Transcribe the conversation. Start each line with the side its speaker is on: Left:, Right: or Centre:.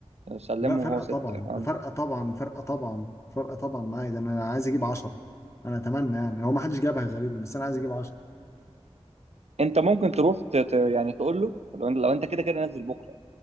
Right: آه، سلمه
Left: لا فرقه
Right: هو سته
Left: طبعا
Right: يعني
Left: ده فرقه طبعا فرقه طبعا فرقه طبعا معايا ده انا عايز اجيب 10 انا اتمنى يعني هو ما حدش جابها غالبا بس انا عايز اجيب
Right: انت ممكن تروح ت... ت- يعني تقول له لو انت لو انت كده كده نازل بكره